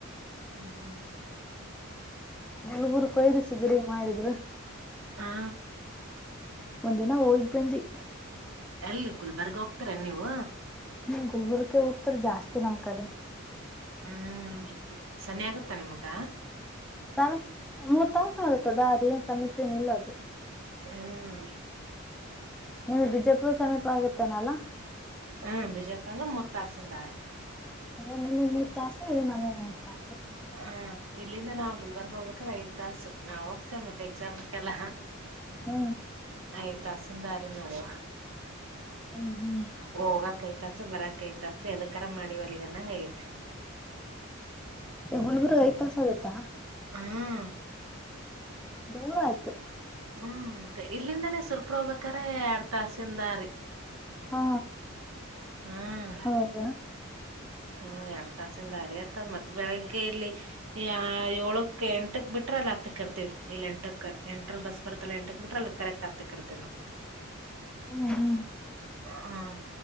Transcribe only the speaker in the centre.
ನಲ್ಗರು ಕೊಯ್್ದಸ ಜ್ರ ಮಾಡಿದ್ರು
ಒಂದ ದಿನ ಓೋಗಬಯಂತಿ
ಹ್ಮ್ ಗುಲ್ಬುರ್ಗ್ಗ ಹೋಗ್ತಾರ ಜಾಸ್ತಿ ನಮ್ ಕಡೆ
ಸಮಯ ಮೂರ್ ತಾಸ ಆಗುತ್ತದ ಅದ ಏನ್ ಸಮೀಪೇನಿಲ್ಲ ಅದು
ನಿಮ್ ಬಿಜಾಪುರ ಸಮೀಪ ಆಗುತ್ತ ಹನಲ್ಲ
ಅಂದ್ರೆ ನಿಮ ಮೂರ್ ತಾಸು ಇದೆ ನಮ ಮೂರ್ ತಾಸು
ಹ್ಮ
ಹ್ಮ್ ಹ್ಮ್
ಗುಲ್ಬುರ್ಗ ಐ ತಾಸ ಆಗತ್ತಾ
ದೂರ ಆಯ್ತು
ಹಾ
ಹೌದಾ
ಹ್ಮ್ ಹ್ಮ್